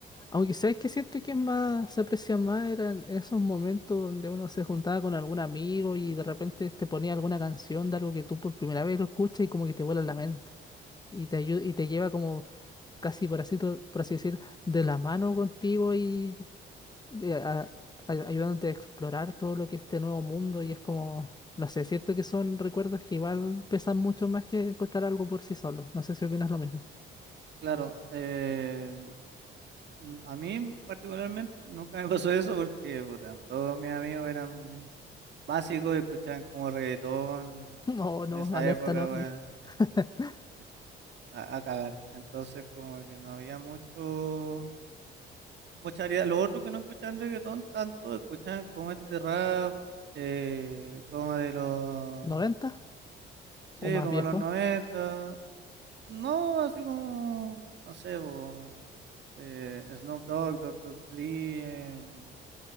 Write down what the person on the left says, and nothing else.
Aunque sabes que siento que es más, se aprecia más eran esos momentos donde uno se juntaba con algún amigo y de repente te ponía alguna canción de algo que tú por primera vez lo escuchas y como que te vuela la mente. Y te ayu- y te lleva como casi por así, to- por así decir, de la mano contigo y de- a- a- ayudándote a explorar todo lo que es este nuevo mundo y es como, no sé, siento que son recuerdos que igual pesan mucho más que encontrar algo por sí solo. No sé si opinas lo mismo.
<laughs> No, no,
alerta
normie.
<laughs>
noventa
o más
viejo?